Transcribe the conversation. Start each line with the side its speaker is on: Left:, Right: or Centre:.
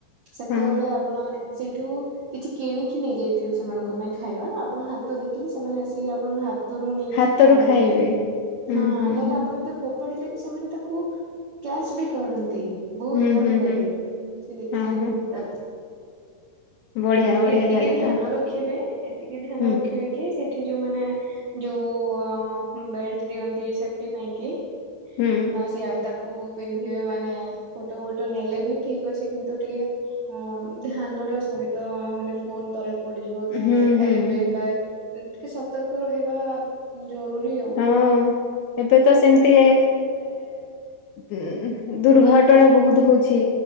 Right: ସେତେବେଳେ
Left: ହଁ।
Right: ଆପଣ ମାନେ ସେଇଠୁ କିଛି କିଣିକି ନେଇଯାଇଥିବେ ସେମାନଙ୍କ ପାଇଁ ଖାଇବା ଆପଣ ହାତ ଦେଖିଲେ ସେମାନେ ଆସିକି ଆପଣଙ୍କ ହାତ ହାତରୁ ନେଇକି
Left: ହାତରୁ
Right: ଖାଆନ୍ତି
Left: ଖାଇବେ। ହୁଁ
Right: ହଁ
Left: ହୁଁ
Right: ନହେଲେ
Left: ହୁଁ
Right: ଆପଣ ଏମିତି ଫୋପାଢିଲେ ବି ସେମାନେ ତାକୁ କ୍ୟାଚ ବି କରନ୍ତି ବହୁତ
Left: ହୁଁ
Right: ଭଲ
Left: ହୁଁ
Right: ଲାଗେ
Left: ହୁଁ
Right: ସେ
Left: ହଁ ହଁ
Right: ଆଜ୍ଞା।
Left: ବଢିଆ
Right: ଖାଲି
Left: ବଢିଆ
Right: ଏତିକି
Left: ଜାଗା
Right: ଧ୍ୟାନ
Left: ଟା
Right: ରଖିବେ ଏତିକି ଧ୍ୟାନ
Left: ହୁଁ
Right: ରଖିବେ କି ସେଠି ଯୋଉ ମାନେ ଯୋଉ ବେଲଟ୍ ଦିଅନ୍ତି ସେଫଟି ପାଇଁ କି
Left: ହୁଁ
Right: ବାସ ବାସ ତାକୁ ପିନ୍ଧିବେ ମାନେ ଫୋଟୋ ଫଟୋ ନେଲେ ବି ଠିକ୍ ଅଛି କିନ୍ତୁ ଟିକେ ହଁ ଧ୍ୟାନର ସହିତ ମାନେ ଫୋନ ତଳେ ପଡିଯିବ କି
Left: ହୁଁ
Right: ମାନେ
Left: ହୁଁ
Right: ଏବେ କା ଟିକେ ସତର୍କ ରହିବା ଜରୁରୀ ଆଉ
Left: ହଁ ଏବେ ତ ସେମିତି ଏ ଉ ଦୁର୍ଘଟଣା ବହୁତ ହଉଛି